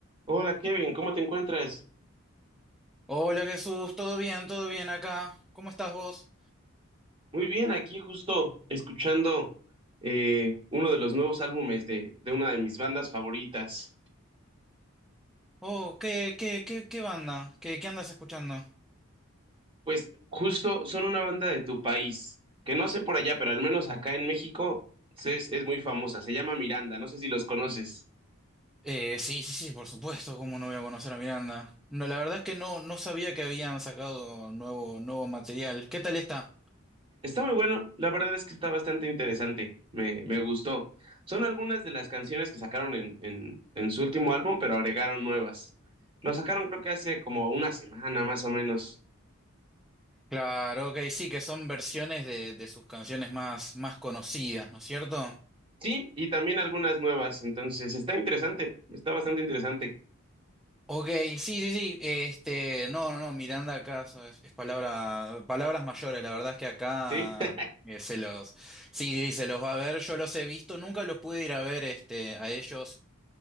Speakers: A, on the right; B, in the centre.
A: Hola Kevin, ¿cómo te encuentras?
B: Hola Jesús, ¿todo bien? ¿Todo bien acá? ¿Cómo estás vos?
A: Muy bien, aquí justo escuchando eh, uno de los nuevos álbumes de, de una de mis bandas favoritas.
B: Oh, ¿qué, qué, qué, qué banda? ¿Qué, qué andas escuchando?
A: Pues justo son una banda de tu país, que no sé por allá, pero al menos acá en México se- es, es muy famosa, se llama Miranda, no sé si los conoces.
B: Eh, sí, sí, sí, por supuesto, ¿cómo no voy a conocer a Miranda? No, la verdad es que no, no sabía que habían sacado nuevo, nuevo material. ¿Qué tal está?
A: Está muy bueno, la verdad es que está bastante interesante, me, me gustó. Son algunas de las canciones que sacaron en, en, en su último álbum, pero agregaron nuevas. Lo sacaron creo que hace como una semana más o menos.
B: Claro, ok, sí, que son versiones de, de sus canciones más, más conocidas, ¿no es cierto?
A: Sí, y también algunas nuevas. Entonces, está interesante, está bastante interesante.
B: Ok, sí, sí, sí. Este, no, no, no, Miranda acá so- es, es palabra, palabras mayores. La verdad es que acá
A: Sí. <laughs>
B: eh, se los, sí, sí, sí, se los va a ver. Yo los he visto, nunca los pude ir a ver, este, a ellos